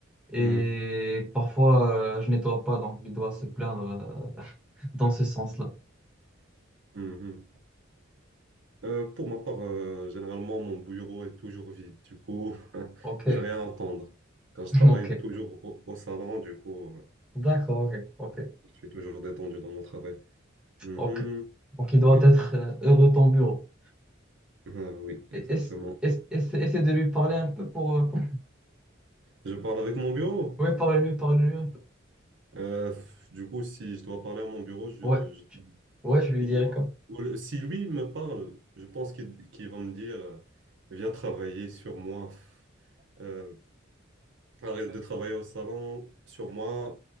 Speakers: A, in the centre; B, on the right.
A: Et
B: Mhm.
A: parfois, euh, je nettoie pas, donc il doit se plaindre euh, dans ce sens-là.
B: Mhm. Euh, pour ma part, euh, généralement, mon bureau est toujours vide. Du coup, <laughs>
A: Ok,
B: je vais rien entendre. Car je
A: <laughs>
B: travaille
A: ok,
B: toujours au, au salon, du coup, euh,
A: d'accord, ok, ok,
B: je suis toujours détendu dans mon travail. Mhm.
A: ok. Donc il
B: Oui,
A: doit être euh, heureux ton bureau.
B: Ah oui, exactement.
A: Et- Ess ess- ess- essaie de lui parler un peu pour... euh, pour-
B: Je parle avec mon bureau.
A: <laughs> Ouais, parle-lui, parle-lui un peu.
B: Euh, du coup, si je dois parler à mon bureau, je,
A: Ouais,
B: je-
A: ouais, je lui
B: il
A: dirai
B: doit-
A: quoi.
B: ou le- si lui me parle, je pense qu'il qu'il va me dire, euh, viens travailler sur moi. Euh, arrête de travailler au salon, sur moi,